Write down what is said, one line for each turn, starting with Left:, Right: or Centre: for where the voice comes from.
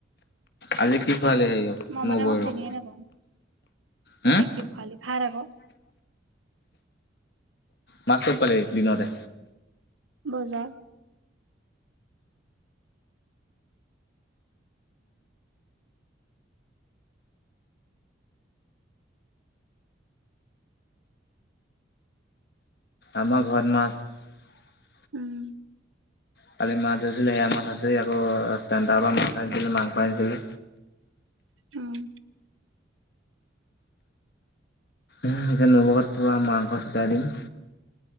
Left: আজি কি খোৱালি হেৰিয়ক
Right: মই
Left: নবৌৱেৰক?
Right: মানে মই চিনিয়ে নাপাওঁ।
Left: হুম
Right: কি কি খুৱালি, ভাত আকৌ।
Left: মাছ ক'ত পালি দিনতে।
Right: বজাৰ
Left: আমাৰ ঘৰত মাছ
Right: উম।
Left: কালি মাছ ধৰিছিলে সেয়া মাছ আছে আকৌ <unintelligible> পৰা মাছ আনিছিলে মাংস আনিছিলে
Right: উম।
Left: উম এতিয়া নৱগাট পুৰা আমাৰ। হয় ফুটাই দিম।